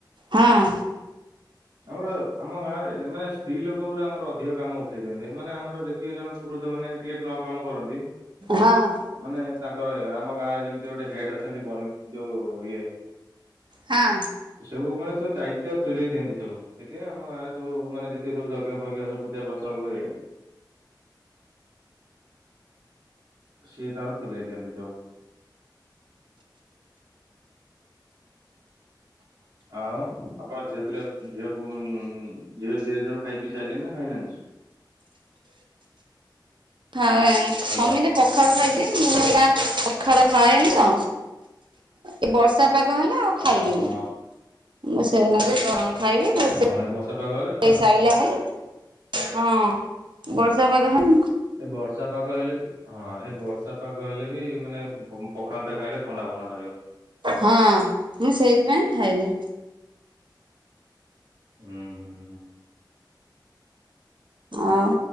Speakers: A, on the right; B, on the right.
A: ହଁ।
B: ଆମର ଆମ ଗାଁରେ ମାନେ ସ୍ତ୍ରୀ ଲୋକରେ ଆମର ଅଧିକ କାମ ଉଠେଇ ଦିଅନ୍ତି ମାନେ ଆମର ଯେତିକି ଜଣ ପୁରୁ ଷ ମାନେ ଟିକେ କାମ କରନ୍ତି
A: ହଁ।
B: ମାନେ ତା ଙ୍କ ଆମ ଗାଁରେ ଯେମିତି ଗୋଟେ ହେଡ୍ ଅଛନ୍ତି ବନି ଯୋଉ ଇଏ।
A: ହଁ।
B: ଏ ସବୁ ମାନେ ସବୁ ଦାୟି ତ୍ବ ତୁଲେଇ ଦିଅନ୍ତି ସବୁ ସେଥିପାଇଁ ଆମ ଗାଁରେ ସବୁ ମାନେ ଯେତକି ସବୁ ଯଜ୍ଞ ଫଜ୍ଞ ସବୁ ପୂଜା ପତର ହୁଏ। ସିଏ ତାର ତୁଲେଇ ଦଅନ୍ତି ସବୁ। ଆଉ ଆପଣ ଝିଅ ପିଲା ଝିଅ ପୁଅ ଝିଅ ଉଁ ଝିଆରି ସବୁ ଖାଇ ପି ସାଇଲେେଣି ନା ଖାଇନାହାନ୍ତି।
A: ହଁ ସମିତେ
B: ହ୍ୟାଲୋ
A: ପଖାଳ ଖାଇଚି ମୁଁ ଏକା ପଖାଳ ଖାଏନି ତ ଏ ବର୍ଷା ପାଗ ହେଲେ ଆଉ ଖାଇବନି।
B: ଓହୋ
A: ମୁଁ ସେଇ ନାକେ ଗରମ ଖାଇବି ରୋଷେ
B: ହଁ ଏ ବର୍ଷା ପାଗ ହେଲେ
A: ଇ ସାଇଲା ହେଇ ହଁ ବର୍ଷା ପାାଗ ହେ
B: ଏ ବର୍ଷା ପାଗ ହେଲେ ବି ହଁ ଏ ବର୍ଷା ପାଗ ହେଲେ ବି ମାନେ ପ-ପଖାଳ ଟା ଖାଇଲେ ଥଣ୍ଡା ଫଣ୍ଡା ଧରିବ।
A: ହଁ ମୁଁ ସେଇଥିପାଇଁ ଖାଏନି।
B: ହୁଁ ହୁଁ ଉଁ।
A: ଅଂ।